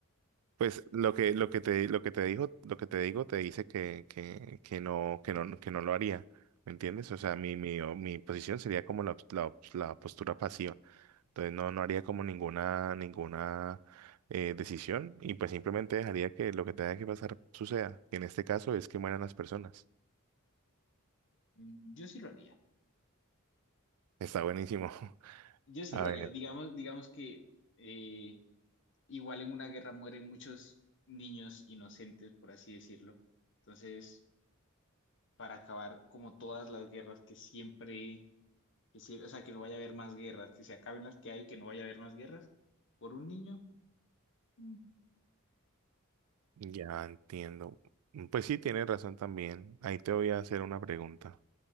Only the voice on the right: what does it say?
Pues lo que, lo que te, lo que te dijo, lo que te digo, te dice que, que, que no, que no, que no lo haría. ¿Me entiendes? O sea, mi, mi, o- mi posición sería como la, la, la postura pasiva. Entonces no, no haría como ninguna, ninguna eh, decisión y pues simplemente dejaría que lo que tenga que pasar suceda. Y en este caso es que mueran las personas.
Está buenísimo. <laughs>
A
ver,
ya entiendo. Pues sí, tienes razón también. Ahí te voy a hacer una pregunta.